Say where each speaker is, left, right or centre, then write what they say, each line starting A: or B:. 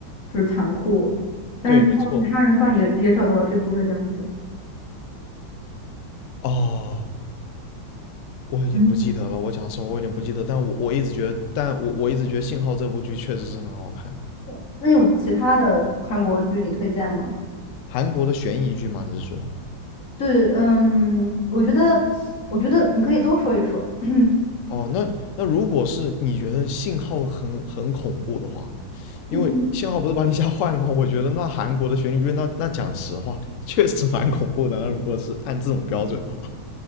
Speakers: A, on the left (about 45°); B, on the left (about 85°).
A: 就是残酷，但是最后杀人犯也也找到了这部队这样子
B: 对，没错。哦，我有点不记得了，
A: 嗯，
B: 我讲实话，我有点不记得，但我我一直觉得，但我我一直觉得《信号》这部剧确实是很好看，
A: 对，那有其他的韩国剧你推荐吗？
B: 韩国的悬疑剧吗？你是说？
A: 对，嗯，我觉得我觉得你可以都说一说。<clears throat> 嗯。
B: 哦，那那如果是你觉得《信号》很很恐怖的话，因为《信号》不是把你吓坏了吗？
A: <laughs>
B: 我觉得那韩国的悬疑剧，那那讲实话，确实蛮恐怖的。那如果是按这种标准的话，